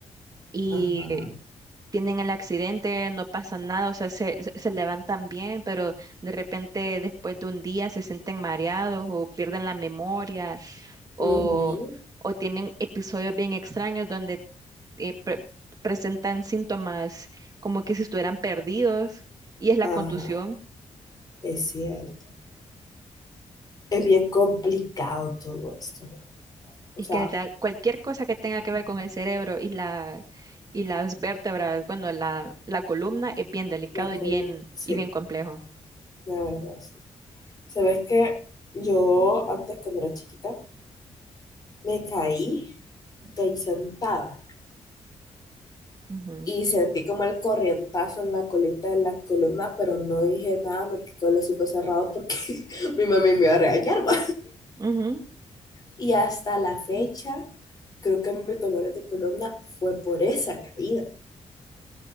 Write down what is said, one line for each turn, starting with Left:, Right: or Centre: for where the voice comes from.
Right: y
Left: Ajá,
Right: tienen el accidente, no pasa nada, o sea, se, se- se levantan bien, pero de repente después de un día se sienten mareados o pierden la memoria o,
Left: Ujú.
Right: o tienen episodios bien extraños donde eh, pre- presentan síntomas como que si estuvieran perdidos y es la
Left: ajá,
Right: contusión
Left: es cierto. Es bien complicado todo esto. O
Right: y
Left: sea,
Right: que le da cualquier cosa que tenga que ver con el cerebro y la y las vértebras, bueno, la, la columna es bien delicado
Left: la colo.
Right: y bien
Left: Sí,
Right: y bien complejo.
Left: la verdad, sí. ¿Sabes qué? Yo antes cuando era chiquita me caí de ahí sentada.
Right: Ujú,
Left: Y sentí como el corrientazo en la colita de la columna, pero no dije nada, me quedé con los hocico cerrados porque <laughs> mi mami me iba a regañar. ma.
Right: ujú,
Left: Y hasta la fecha, creo que mi dolor de columna fue por esa caída.